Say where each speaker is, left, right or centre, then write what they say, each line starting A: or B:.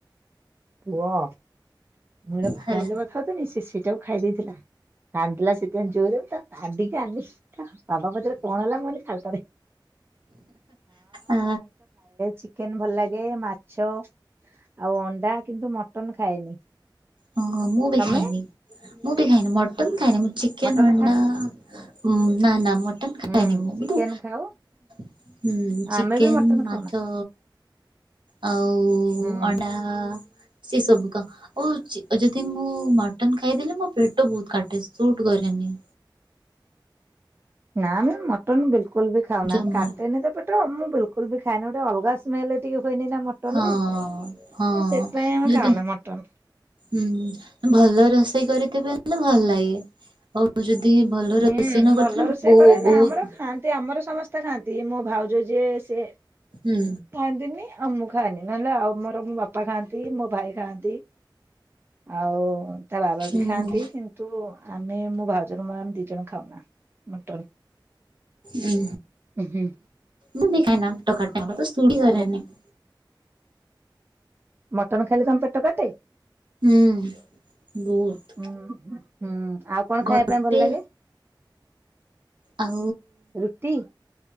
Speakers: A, on the right (about 25°); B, on the right (about 75°).
A: ମୁଁ ଏଆଡ଼େ
B: ହେଲା
A: ଫୋନ ରେ କଥା ହୋଉଥିନି ସେ ସେଇଟାକୁ ଖାଇ ଦେଇଥିଲା। କାନ୍ଦିଲା ସେଥିପାଇଁ ଜୋରରେ ମୁଁ ତା ତାଡିକି ଆଣିଲି। ବାବା ପଚାରେ କଣ ହେଲା ମୁଁ କହିଲି ଖାଲ ଟାରେ।
B: ଆ
A: ଚିକେନ ଭଲ ଲାଗେ ମାଛ ଆଉ ଅଣ୍ଡା କିନ୍ତୁ ମଟନ ଖାଏନି।
B: ଓ ହୋ ମୁଁ ବି
A: ତମେ
B: ଖାଏନି ମୁଁ ବି ଖାଏନି ମଟନ ଖାଏନି ମୁଁ ଚିକେନ
A: ମଟନ
B: ଅଣ୍ଡା
A: ଖା
B: ହୁଁ ନା ନା ମଟ ମଟନ୍ ଖାଏନି
A: ହୁଁ
B: ମୁଁ
A: ଚିକେନ
B: କିନ୍ତୁ
A: ଖାଉ
B: <unintelligible> ଚିକେନ୍
A: ଆମେ ବି ମଟନ ଖାଉନା
B: ମାଛ ଆଉ
A: ହୁଁ
B: ଅଣ୍ଡା ସେ ସବୁ କ ଓ ଯଦି ମୁଁ ମଟନ ଖାଇଦେଲି ମୋ ପେଟ ବହୁତ କାଟେ ସୁଟ୍ କରେନି।
A: ନା ଆମେ ମଟନ ବିଲକୁଲ ବି ଖାଉନା,
B: ଜମା
A: କାଟେନି ତ ପେଟ ମୁଁ ବିଲକୁଲ ବିଲକୁଲ୍ ବି ଖାଏନା, ଗୋଟେ ଅଲଗା ସ୍ମେଲ୍ ଟିକେ ହୁଏନି ନା ମଟନ୍
B: ହଁ
A: ମଟନରେ,
B: ହଁ
A: ମଟନ ସେଥିପାଇଁ ଆମେ
B: ଯଦି
A: ଖାଉନା ମଟନ।
B: ହୁଁ ଭଲ ରୋଷେଇ କରିଥିବେ ହେଲେ ଭଲ ଲାଗେ, ଆଉ ଆଉ ଯଦି ଭଲ
A: ହୁଁ
B: ରୋଷେଇ ନ
A: ଭଲ
B: କରିଥିଲି
A: ରୋଷେଇ
B: ବୋହୂ
A: କରେ ନା ଆମର
B: <unintelligible>
A: ଖାଆନ୍ତି ଆମର ସମସ୍ତେ କତେ ଖାନ୍ତି ମୋ ଭାଉଜ ଯିଏ ସେଏ
B: ହୁଁ।
A: ଖାଆନ୍ତିନି ଆଉ ମୁଁ ଖାଆନ୍ତିି ନହେଲେ ଆଉ ମୋର ମୋ ବାପା ଖାଆନ୍ତି ମୋ ଭାଇ ଖାଆନ୍ତି। ଆଉ ତା ବାବା
B: ହୁଁ
A: ବି ଖାଆନ୍ତି କିନ୍ତୁ ଆମେ ମୋ ଭାଉଜର ମୋର ଦି ଣ ଖାଉନା ମଟର
B: ହୁଁ
A: ହୁଁ
B: ମୁଁ ଖାଇନା <unintelligible>
A: ଆଉ ମଟନ ଖାଇଲେ ତମ ପେଟ କାଟେ?
B: ହୁଁ ବହୁତ।
A: ହୁଁ ହୁଁ ଆଉ କଣ
B: ଗୋଟେ
A: ଖାଇବା ପାଇଁ ଭଲ ଲାଗେ?
B: ଆଉ
A: ରୁଟି।